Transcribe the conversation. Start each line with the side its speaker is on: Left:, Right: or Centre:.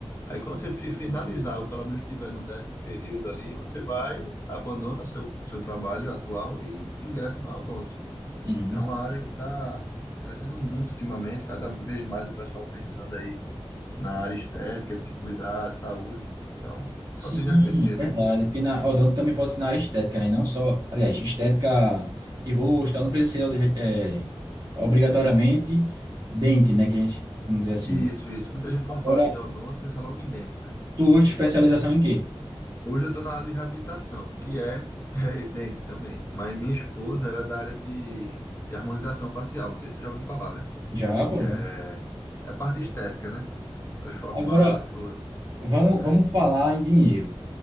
Left: Aí quando você fi- finalizar, ou pelo menos estiver no décimo período ali, você vai, abandona seu, seu trabalho atual e ingressa na Odonto.
Right: uhum.
Left: É uma área que está crescendo muito ultimamente, cada vez mais o pessoal pensando aí na área estética, de se cuidar, saúde. Então, só
Right: Sim,
Left: tende a crescer,
Right: verdade.
Left: né?
Right: Porque na odonto também pode ser na área estética, né? Não só, aliás, estética de rosto, tal, não precisa ser é, obrigatoriamente dente, né? Que a gente, vamos dizer assim,
Left: E
Right: né?
Left: Isso, isso. Muita gente quando fala
Right: Agora,
Left: de odonto pensa logo em dente, né?
Right: tu hoje, tu especialização em quê?
Left: Hoje eu estou na área de reabilitação, que é, <laughs> é dente também. Mas minha esposa era da área de, de harmonização facial, não sei se você já ouviu falar, né?
Right: Já, pô,
Left: que
Right: já.
Left: é, é a parte estética, né? Transformar,
Right: Agora,
Left: su-
Right: vamos,
Left: né?
Right: vamos falar em dinheiro.